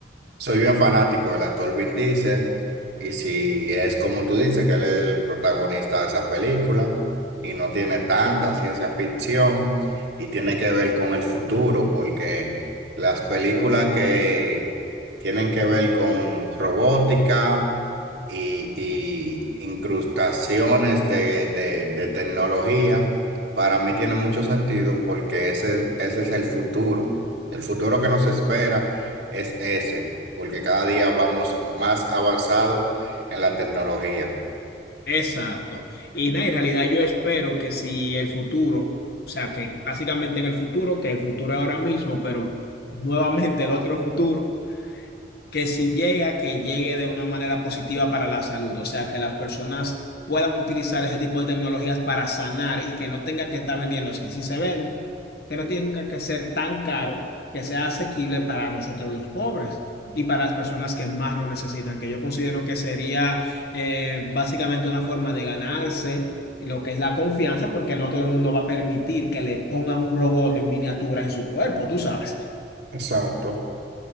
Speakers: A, on the right (about 70°); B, on the left (about 60°).
A: soy bien fanático del actor Vin Diesel y si es como tú dices que él es el protagonista de esa película y no tiene tanta ciencia ficción y tiene que ver con el futuro porque las películas que tienen que ver con robótica y, y incrustaciones de, de- de tecnología para mí tiene mucho sentido porque ese, ese es el futuro. El futuro que nos espera es ese porque cada día vamos más avanzado en la tecnología.
B: Exacto. Y nada, en realidad yo espero que si el futuro, o sea, que básicamente en el futuro, que el futuro es ahora mismo, pero nuevamente el otro futuro. que si llega, que llegue de una manera positiva para la salud, o sea, que las personas puedan utilizar ese tipo de tecnologías para sanar y que no tenga que estar vendiéndose. Y si se venda, que no tenga que ser tan caro, que sea asequible para nosotros los pobres y para las personas que más lo necesitan, que yo considero que sería eh, básicamente una forma de ganarse lo que es la confianza, porque no todo el mundo va a permitir que le pongan un robot en miniatura en su cuerpo, tú sabes.
A: Exacto.